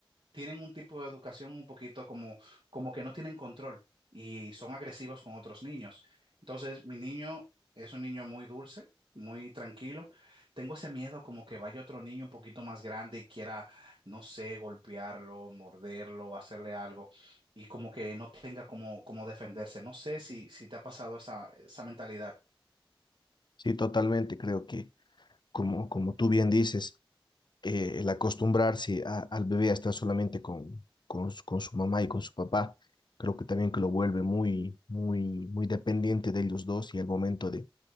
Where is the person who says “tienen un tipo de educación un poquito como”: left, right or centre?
Right